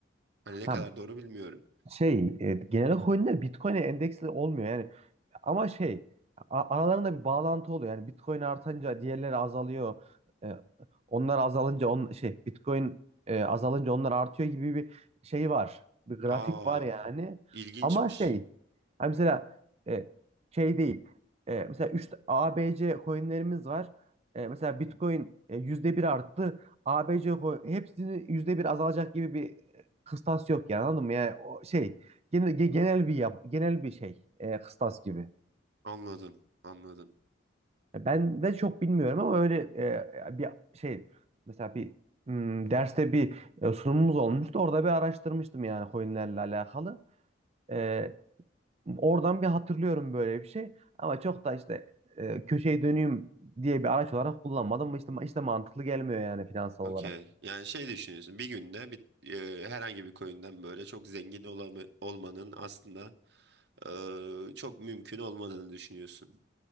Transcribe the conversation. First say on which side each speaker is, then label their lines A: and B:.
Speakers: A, on the right (about 55°); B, on the right (about 30°).
A: Hani ne
B: Ha
A: kadar doğru bilmiyorum.
B: şey e, genel olarak coinler Bitcoin'e endeksli olmuyor. Yani Ama şey a- aralarında bir bağlantı oluyor. Yani Bitcoin artınca diğerleri azalıyor. E, onlar azalınca on, şey Bitcoin e, azalınca onlar artıyor gibi bir şey var. Bir grafik
A: Aa
B: var yani.
A: ilginçmiş.
B: Ama şey hani mesela e, şey değil. E, mesela 3 ABC coinlerimiz var. E, mesela Bitcoin e, yüzde bir arttı. ABC coin hepsini yüzde bir azalacak gibi bir e, kıstas yok yani anladın mı? Yani o şey genel ge- genel bir yap- genel bir şey e, kıstas gibi.
A: Anladım. Anladım.
B: Ben de çok bilmiyorum ama öyle e, bir şey mesela bir hmm, derste bir e, sunumumuz olmuştu. Orada bir araştırmıştım yani coinlerle alakalı. E, oradan bir hatırlıyorum böyle bir şey. Ama çok da işte e, köşeyi döneyim diye bir araç olarak kullanmadım. ama İşte, işte mantıklı gelmiyor yani finansal
A: Okey.
B: olarak.
A: Yani şey düşünüyorsun bir günde bir, eee, herhangi bir coin'den böyle çok zengin olamı, olmanın aslında eee, çok mümkün olmadığını düşünüyorsun.